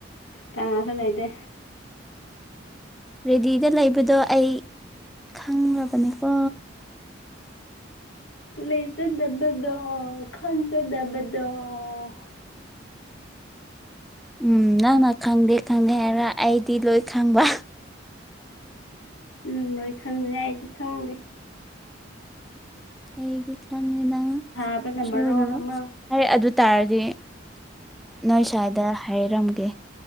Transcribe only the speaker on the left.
ꯀꯅꯥꯁꯨ ꯂꯩꯇꯦ
ꯂꯩꯖꯗꯕꯗꯣ ꯈꯟꯖꯗꯕꯗꯣ <inaudible>
ꯅꯪ ꯂꯣꯏ ꯈꯪꯔꯦ ꯑꯩꯗꯤ ꯈꯪꯗꯦ
ꯁꯥꯕꯅ
ꯃꯔꯣꯜ ꯑꯃ